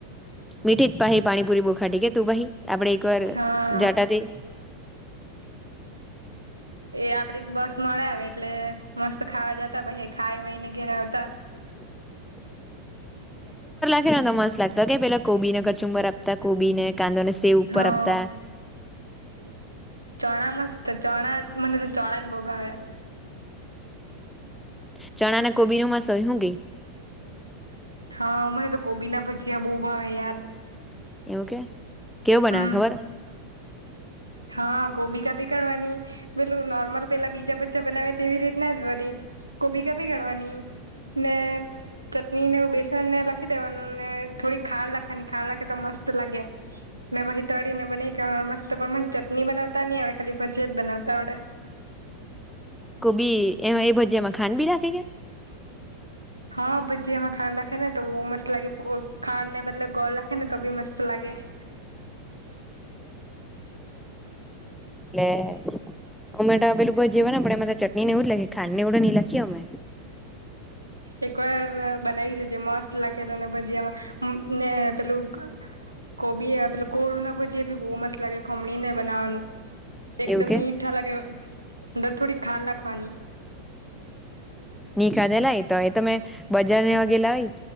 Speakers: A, in the centre; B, on the right.
A: મીઠી જ પાહી પાણીપુરી બોખાટીી કેે તું ભહી આપડે એક વાર
B: જ હા
A: જાટાથી
B: એ આપડી બસ મળે આવે એટલે મસ્ત ખાવા જતા પછી ખાઈ એને ઘેરે આવતા
A: <inaudible> ે મત લાગતો કે પેલા કોબીને કચુંબર આપતા કોબી ને કાંદો ને સેવ ઉપર
B: હા
A: આપતા <inaudible>
B: ચણા મસ્ત ચણા મને તો ચણા બહુ ભાવે
A: ચણા ને કોબી નુંમાં સયું ગઈ
B: હા મને તો કોબી ના ભજીયા બહુ ભાવે યાર
A: એવું કે કેવ બનાવે
B: હમ
A: ખબર
B: હા કોબી કાપી કાડવાની પેલું નોર્મલ પેલા બીજા બા બનાવે તેવી રીતના જ વરી કોબી કાપી ગડવાની ને ચટણી ને બેસન ને રાખી દેવાનું ને થોડી ખાલ રાખવાની ખાલ રાખે તો મસ્ત લાગે મેં પછી તળી ને બના મસ્ત પણ મને ચટણી બનાવતા નહી આવેડે ખાલી ભજી જ બનાવતા આવડે
A: કોબી એમાં એ ભજીમાં ખાંડ બી રાખે કે
B: હા ભજીયામાં ખાડ રાખે ને તો મસ્ત લાગે ખાડ ને બલબ ગોળ રાખે ને તો બી મસ્ત લાગે ે
A: એટલે અમેટા હવે બ જેવા ને પણ એમાં તો ચટણી ને એવું જ લખે ખાંડ ને એડ નહીં લખીએ અમે
B: એકવાર બનાવી છેજ મસ્ત લાગે તોને પછી આમાં ને પેલું કોબી એ પે કોળું ના પ જે ભી બહુ મસ્ત લાગે ખમણી ને બનાવાનું એકદમ
A: એવું કે
B: મીઠા લાગે અંદર થોડી ખાલ રાખવાની
A: નીખાધે લય તો એ તમે બજારને એવા ગેઇલા હોઈ